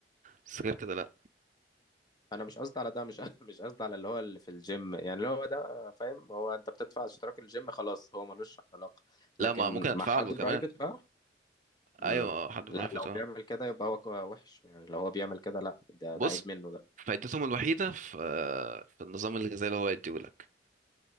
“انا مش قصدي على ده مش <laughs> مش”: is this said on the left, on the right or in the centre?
Left